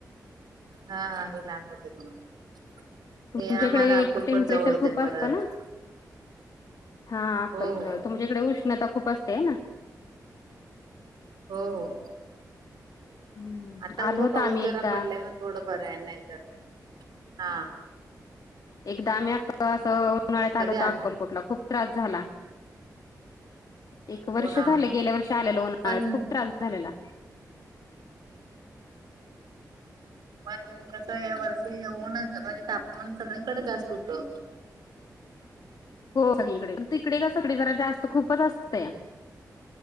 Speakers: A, on the right; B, on the left.
A: हा हा हे लांब होते तुम्हाला हे
B: तुमच्या
A: आम्हाला
B: इकडे
A: अकुलपट
B: टेम्परेचर
A: जवळ होते
B: खूप असतं
A: परत.
B: ना हा अक्कल
A: हो हो
B: जवळ तुमच्या इकडे उष्णता खूप असते ना.
A: हो हो.
B: हम्म
A: आता
B: आलो
A: मुगं
B: होतो
A: पाऊस
B: आम्ही
A: जरा
B: एकदा
A: पडलाय मग थोडं बरं आहे नाही तर हा.
B: एकदा आम्ही अक्क असं उन्हाळ्यात आलो
A: कधी
B: होतो
A: आलता
B: अक्कलकोटला खूप त्रास झाला एक वर्ष
A: हो ना
B: झालं गेल्या वर्षी आलेल उन्हाळ्यात
A: पण
B: खूप त्रास झा झालेला
A: आणि कस या वर्षी होऊनच म्हणजे तापमान सगळेकडे जास्त होत.
B: हो सगळीकडे तकडे का सगळी जरा जास्त खूपच असतं.